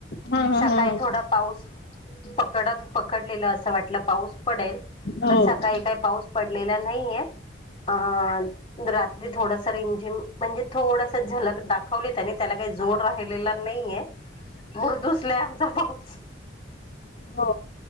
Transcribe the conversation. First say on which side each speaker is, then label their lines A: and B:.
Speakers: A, on the left; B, on the left.
A: हा हा
B: सकाळी
A: हा
B: थोडा पाऊस पकडत -पकडलेलं असं वाटलं पाऊस पडेल
A: हो
B: पण सकाळी काही पाऊस पडलेला नाहीये अ रात्री थोडस रिमजिम म्हणजे थोडस झलक दाखवली त्यानी त्याला काही जोर राहिल लेला नाहीये <inaudible> पाऊस.
A: हो